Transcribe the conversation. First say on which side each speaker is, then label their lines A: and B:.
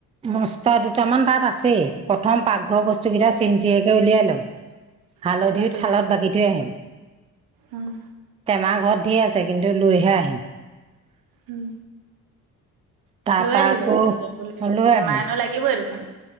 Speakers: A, on the right (about 20°); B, on the right (about 70°).
A: মচতা দুটামান তাত আছেই প্ৰথম পাকঘৰ বস্তু
B: আছে
A: কেইটা
B: যদি
A: চেনচিৰিয়াকে উলিয়াই ল <unintelligible> হালধীও
B: তাৰপৰা তুলি
A: থালত
B: চুলি
A: বাকী থৈ আহিম
B: উম
A: টেমা ঘৰত ধেৰ আছে কিন্তু লৈহে আহিম
B: উম
A: তাৰপা
B: লৈ আহিব
A: আকৌ
B: নিজৰ বুলি
A: লৈ
B: টেমাএনো
A: আহিম
B: লাগিবই দেখোন